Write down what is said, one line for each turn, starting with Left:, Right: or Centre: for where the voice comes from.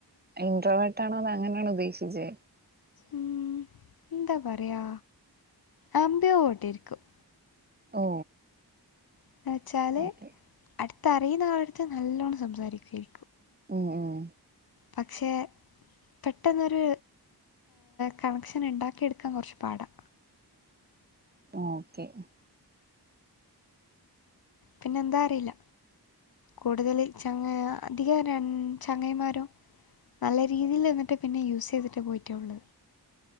Right: ഇന്റർവെട്ട ആണോ അത് അങ്ങനെയണോ ഉദ്ദേശിച്ചത്
Left: ഉ എന്താ പറയാ അബിയോ ഓട്ടിരിക്കും
Right: ഓ
Left: എന്ന് വെച്ചാല്
Right: ഓക്കെ
Left: അടുത്തറിയുന്ന ആളെടുത്ത് നല്ലോണ്ണം സംസാരിക്കുവേ
Right: ഉം ഉം
Left: പക്ഷേ പെട്ടെന്നൊരു കണക്ഷൻ ഉണ്ടാക്കിയെടുക്കാൻ കുറച്ച് പാടാ
Right: ആഹ് ഓക്കേ
Left: പിന്നെ എന്താ അറിയില്ല കൂടുതല് ചങ്ങാ അധികം ആരാ ചങ്ങായിമാരോ നല്ല രീതിയിൽ നിന്നിട്ട് പിന്നെ യൂസ് ചെയ്തിട്ട് പോയിട്ടേ ഉള്ളു